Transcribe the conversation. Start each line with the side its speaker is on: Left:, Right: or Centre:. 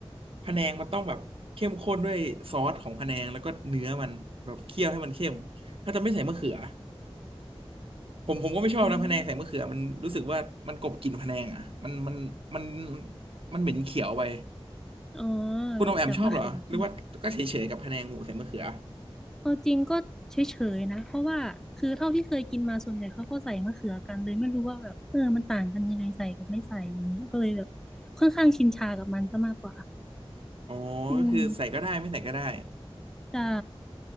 Right: พะแนงมันต้องแบบเข้มข้นด้วยซอสของพะแนงแล้วก็เนื้อมันแบบเคี่ยวให้มันเข้มถ้าจะไม่ใส่มะเขือผมผมก็ไม่ชอบนะพะแนงใส่มะเขือมันรู้สึกว่ามันกลบกลิ่นพะแนงอ่ะมันมันมัน
Centre: อืม
Right: มันเหม็นเขียวไป
Centre: อ๋อ
Right: คุณออมแอมชอบเหรอหรือว่าก็เฉยๆกับพะแนงหมูใส่มะเขือ
Centre: จากมะเขือใช่ไหมเอาจริงก็เฉยๆนะเพราะว่าคือเท่าที่เคยกินมาส่วนใหญ่เขาก็ใส่มะเขือกันเลยไม่รู้ว่าแบบเออมันต่างกันยังไงใส่กับไม่ใส่อย่างเงี้ยก็เลยแบบค่อนข้างชินชากับมันซะมากกว่า
Right: อ๋อก็คือใส่ก็ได้ไม่ใส่ก็ได้
Centre: อืมใช่